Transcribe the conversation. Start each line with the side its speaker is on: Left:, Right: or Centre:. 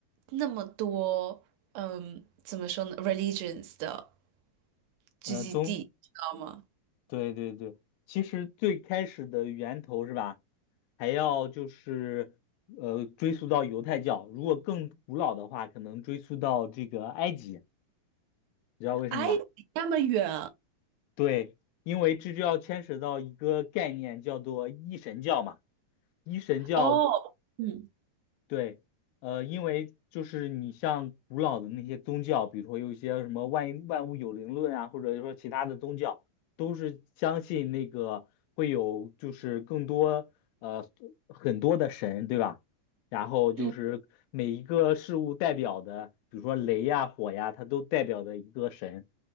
Right: 那么多，嗯，怎么说呢，religions 的聚集地，
Left: 嗯、呃，宗
Right: 知道吗？
Left: 对对对，其实最开始的源头是吧，还要就是呃追溯到犹太教，如果更古老的话，可能追溯到这个埃及，你知道为什么吗？
Right: 哎，那么远
Left: 对，因为这就要牵扯到一个概念叫做一神教嘛，一神教
Right: 哦，嗯
Left: 对，呃，因为就是你像古老的那些宗教，比如说有一些什么万万物有灵论啊，或者说其他的宗教，都是相信那个会有就是更多呃很多的神，对吧？然后就是每一个事物代表的，
Right: 嗯。
Left: 比如说雷呀、火呀，它都代表的一个神，